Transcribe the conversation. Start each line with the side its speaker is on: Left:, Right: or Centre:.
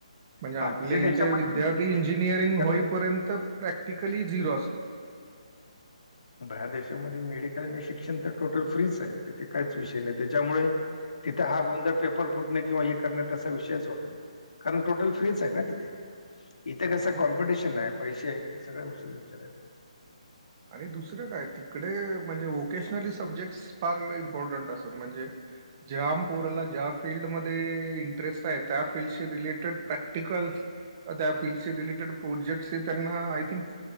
Right: म्हणजे आपल्या
Left: बाकीच्या देशामध्ये
Right: इथे विद्यार्थी इंजिनिअरिंग
Left: शेतकऱ्यांना
Right: होईपर्यंत प्रॅक्टिकली झिरो असतो.
Left: बाहेर देशामध्ये मेडिकल आणि शिक्षण तर टोटल फ्रीच आहे तिथे कायच विषय नाही त्याच्यामुळे तिथं हा गोंधळ पेपर फुटणे किंवा हे करणे तसा विषयच होत नाही. कारण टोटल फ्रीच हाय ना तिथे. इथे कसं
Right: आणि
Left: कॉम्पिटिशन हाय पैसे आहेत सगळ्या गोष्टीच विचार आहे ना.
Right: आणि दुसरं काय तिकडे म्हणजे व्होकेशनली सब्जेक्टस फार इम्पॉर्टंट असतात म्हणजे ज्या आम पोराला ज्या फिल्डमध्ये इंटरेस्ट आहे त्या फिल्डशी रिलेटेड प्रॅक्टिक्लस अह त्या फीलल्डचे रिलेटेड प्रोजेक्टस हे त्यांना I think